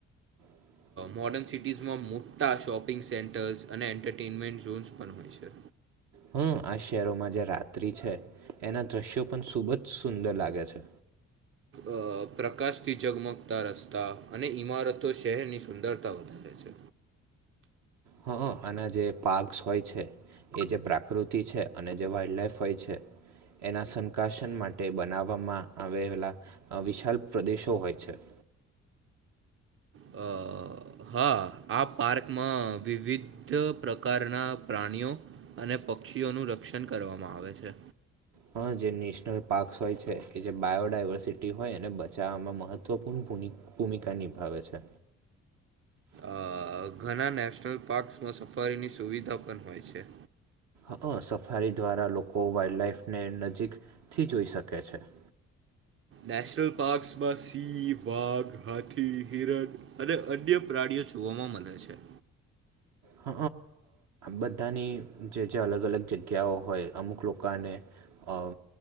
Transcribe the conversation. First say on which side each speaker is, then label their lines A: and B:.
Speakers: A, on the right; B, on the right.
A: <inaudible>
B: મોર્ડર્ન સિટીઝમાં મોટા શોપિંગ સેન્ટર્સ અને એન્ટરટેનમેન્ટ ઝોન્સ પણ હોય છે
A: હમ આ શહેરોમાં જે રાત્રિ છે એના દ્રશ્યો પણ ખૂબ જ સુંદર લાગે છે
B: અ પ્રકાશથી જગમગતા રસ્તા અને ઈમારતો શહેરની સુંદરતા વધારે છે
A: હ અને જે પાક હોય છે એ જે પ્રાકૃતિ છે અને જે વાઈલ્ડ લાઈફ હોય છે એના સંકાસન માટે બનાવવામાં આવેલા વિશાલ પ્રદેશો હોય છે <inaudible>
B: અ હા આ પાર્કમાં વિવિધ પ્રકારના પ્રાણીઓ અને પક્ષીઓનું રક્ષણ કરવામાં આવે છે
A: હા જે નેશનલ પાર્કસ હોય છે એ જે બાયોડાયવર્સિટી હોય એને બચાવવામાં મહત્વપૂર્ણ ભૂમિકા નિભાવે છે
B: અ ઘણા નેશનલ પાર્ક્સમાં સફારીની સુવિધા પણ હોય છે
A: હ સફારી દ્વારા લોકો વાઈલ્ડ લાઈફને નજીકથી જોઈ શકે છે <inaudible>
B: નેશનલ પાર્કસમાં સિંહ વાઘ હાથી હિરક અને અન્ય પ્રાણીઓ જોવામાં મળે છે
A: હ બધાની જે જે અલગ અલગ જગ્યાઓ હોય અમુક લોકોને અ